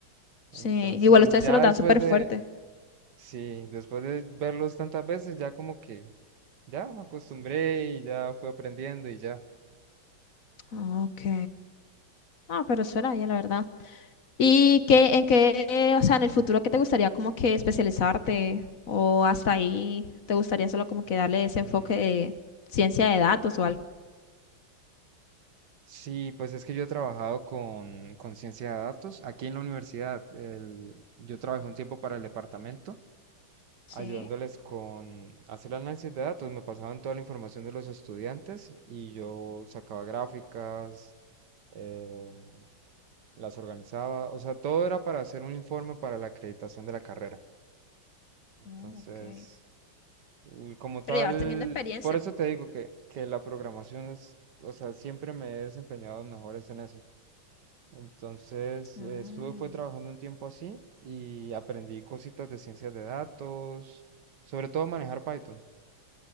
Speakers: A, on the left; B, on the right.
A: sí,
B: Entonces,
A: igual ustedes
B: ya
A: se los dan
B: después
A: súper
B: de,
A: fuerte.
B: sí, después de verlos tantas veces, ya como que ya me acostumbré y ya fui aprendiendo y ya.
A: Ah, Ok, ah, pero suena bien, la verdad. ¿Y qué, en qué, o sea, en el futuro, qué te gustaría como que especializarte? ¿O hasta ahí te gustaría solo como que darle ese enfoque
B: Mm,
A: de ciencia de datos o algo?
B: Sí, pues es que yo he trabajado con, con ciencia de datos aquí en la universidad. el- yo trabajé un tiempo para el departamento.
A: Sí,
B: ayudándoles con hacer el análisis de datos. Me pasaban toda la información de los estudiantes y yo sacaba gráficas, eh, las organizaba, o sea, todo era para hacer un informe para la acreditación de la carrera. Entonces,
A: oh, ok.
B: y como tal,
A: Pero ya vas teniendo experiencia.
B: por eso te digo que, que la programación es, o sea, siempre me he desempeñado mejores en eso. Entonces, eh,
A: Ah,
B: estuve, fue trabajando un tiempo así y aprendí cositas de ciencias de datos, sobre todo manejar Python.